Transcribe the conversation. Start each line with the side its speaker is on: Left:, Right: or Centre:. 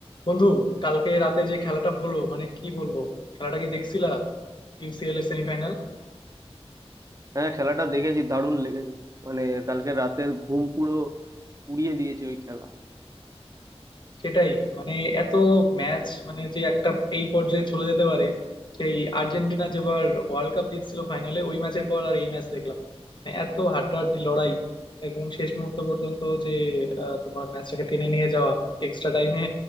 Left: বন্ধু কালকে রাতে যে খেলাটা হলো মানে কি বলবো খেলাটা কি দেখছিলা ইউসিএল এর সেমিফাইনাল
Right: হ্যাঁ খেলাটা দেখেছি দারুণ লেগেছে মানে কালকে রাতের ঘুম পুরো উড়িয়ে দিয়েছে ওই খেলা
Left: সেটাই মানে এত ম্যাচ মানে যে একটা এই পর্যায়ে চলে যেতে পারে সেই আর্জেন্টিনা যেবার ওয়ার্ল্ড কাপ জিতছিল ফাইনালে ওই ম্যাচের পর আর এই ম্যাচ দেখলাম মানে এত হাড্ডাহাড্ডি লড়াই একদম শেষ মুহূর্ত পর্যন্ত যে আহ, তোমার ম্যাচটাকে টেনে নিয়ে যাওয়া এক্সট্রা টাইমে